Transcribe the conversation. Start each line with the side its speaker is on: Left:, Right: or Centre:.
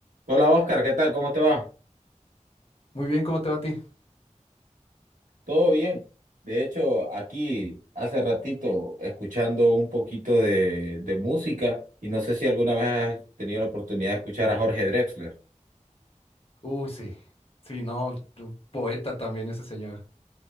Right: Hola Oscar, ¿qué tal? ¿Cómo te va?
Left: Muy bien, ¿cómo te va a ti?
Right: ¿Todo bien? De hecho, aquí hace ratito escuchando un poquito de, de música y no sé si alguna vez has tenido la oportunidad de escuchar a Jorge Drexler.
Left: Uy, sí. Sí, no, un poeta también ese señor.